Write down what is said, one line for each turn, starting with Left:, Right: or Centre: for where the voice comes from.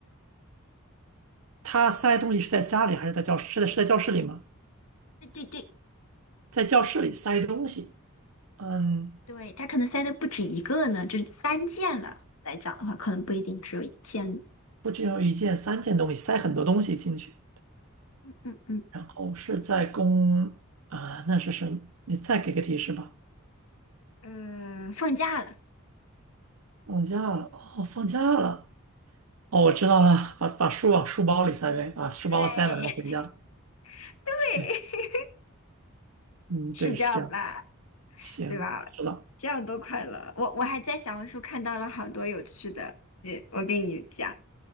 Right: 他塞东西是在家里还是在教室？是在是在教室里吗？
Left: 对对对，
Right: 在教室里塞东西，嗯，
Left: 对，他可能塞的不止一个呢，就是单件了。来讲的话，可能不一定只有一件。
Right: 不只有一件、三件东西，塞很多东西进去。
Left: 嗯嗯嗯。
Right: 然后是在公啊、那是什么？你再给个提示吧。
Left: 嗯，放假了，
Right: 放假了，哦，放假了，哦，我知道了，把把书往书包里塞呗，把书包塞满，
Left: 对
Right: 然后回家。
Left: <laughs> 对，
Right: 对，嗯，
Left: 是这样吧？
Right: 对，是这样。行，
Left: 对吧？
Right: 我知道。
Left: 这样多快乐！我我还在小红书看到了好多有趣的，也我跟你讲，